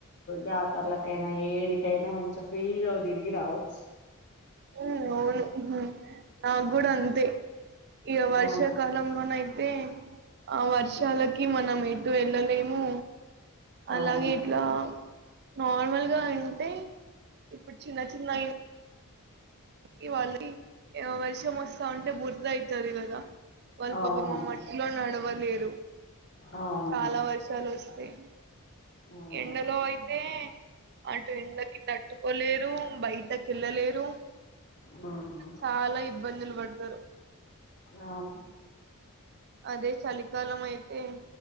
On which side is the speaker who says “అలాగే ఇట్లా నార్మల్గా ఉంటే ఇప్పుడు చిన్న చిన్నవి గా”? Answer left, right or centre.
Right